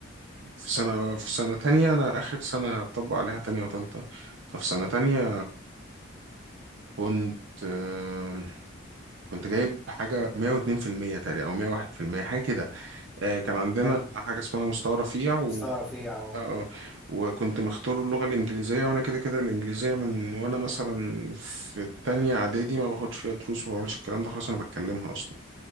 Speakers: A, on the right; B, in the centre.
A: في سنه في سنه تانية انا اخر سنه اطبق عليها تانية وتالتة ففي سنه تانية كنت آه، كنت جايب حاجه 102% تقريبا او 101% حاجه كده آه، كان عندنا
B: حلو
A: حاجه اسمها مستوى رفيع اه
B: مستوى رفيع اه
A: آه. وكنت مختار اللغة الإنجليزية وأنا كده كده الإنجليزية من وأنا مثلا في التانية إعدادي ما باخدش فيها دروس ما بعملش الكلام ده خلاص أنا بتكلمها أصلا